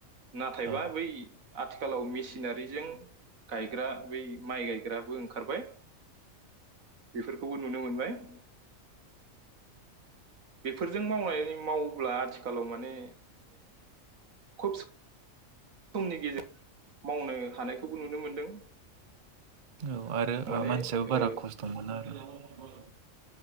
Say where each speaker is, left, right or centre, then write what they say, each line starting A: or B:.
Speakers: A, on the right; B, on the right.
A: नाथायबा
B: औ
A: बै आथिखालाव मिस मिसिनारिजों गायग्रा बै माइ गायग्राबो ओं ओंखारबाय बेफोरखौबो नुनो मोनबाय <inaudible> बेफोरजों मावनाय मावोब्ला आथिखालाव माने खुब समनि गेजेरजों मावनो हानायखौबो नुनो मोनदों
B: औ आरो
A: माने
B: मानसियाबो
A: ओ
B: बारा खस्थ' मोना आरो औ